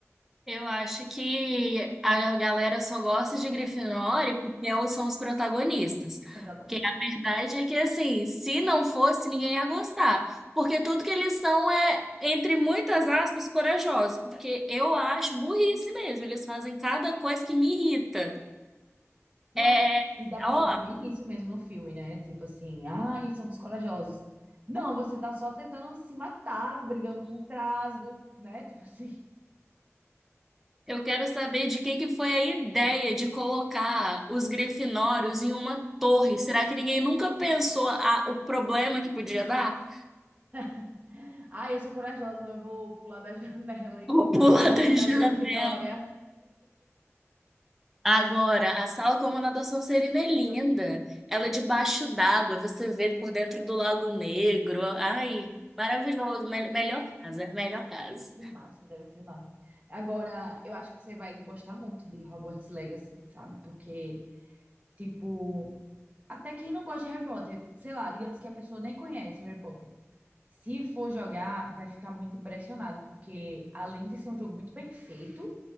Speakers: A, in the centre; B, on the right.
A: Eu acho que a galera só gosta de Grifinória porque elas são os protagonistas.
B: Exatamente.
A: Porque a verdade é que, assim, se não fosse, ninguém ia gostar. Porque tudo que eles são é, entre muitas aspas, corajosos. Porque eu acho burrice mesmo. Eles fazem cada coisa que me irrita.
B: Não,
A: É,
B: e dá pra
A: ó,
B: ver bem isso mesmo no filme, né? Tipo assim, ai, somos corajosos. Não, você tá só tentando se matar, brigando com o trasgo, né? Tipo assim,
A: eu quero saber de quem que foi a ideia de colocar os Grifinórios em uma torre. Será que ninguém nunca pensou a, o problema que podia dar?
B: <laughs> ai, eu sou corajosa, eu vou pular da <laughs> janela aqui
A: Vou
B: da
A: pular
B: torre
A: da
B: da
A: janela.
B: Grifinória.
A: Agora, a sala como na da Sonserina é linda. Ela é debaixo d'água, você vê por dentro do Lago Negro. Ai, maravilhoso. Me- melhor casa, melhor casa.
B: Que massa, deve ser massa. Agora, eu acho que você vai gostar muito de Hogwarts Legacy, sabe? Porque, tipo, até quem não gosta de Harry Potter, sei lá, digamos que a pessoa nem conhece Harry Potter. Se for jogar, vai ficar muito impressionado, porque além de ser um jogo muito bem feito,